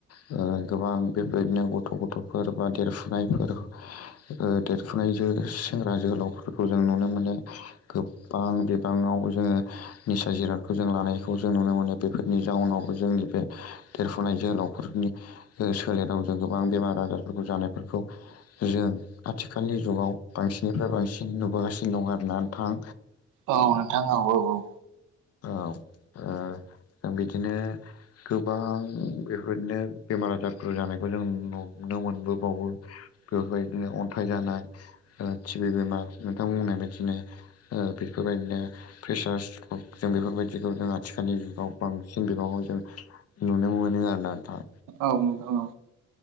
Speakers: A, on the left (about 55°); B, on the right (about 80°).
A: अ गोबां बेबायदिनो गथ' गथ'फोर बा देरफुनायफोर अ देरफुनायजों सेंग्रा जोहोलावफोरखौ जों नुनो मोनो। गोबां बिबाङाव जोङो निसा जिरादखौ जों लानायखौ जों नुनो मोनो बेफोरनि। जाउनावबो जोंनि बे देरफुनाय जोहोलावफोरनि सोलेराव जों गोबां बेमार आजार फोर जानायफोरखौ जों आथिखाल खालनि जुगाव बांसिननिफ्राय बांसिन नुबोगासिनो दं आरोना नोंथां।
B: औ नोंथां औ औ औ
A: औ ओ जों बिदिनो। गोबां बेफोरदिनो बेमार आजारफोर जानायखौ जों नुनो मोनबोबावो। बेफोरबायदिनो अन्थाइ जानाय ओ टिबि बेमार नोंथां बुंनाय बायदिनो ओ बेफ बेफोरबायदिनो प्रेसार्स जों बेफोरबायदिखौ जों आथिखालनि जुगाव बांसिन बिबांआव जों नुनो मोनो आरोना नोंथां।
B: औ नोंथां औ।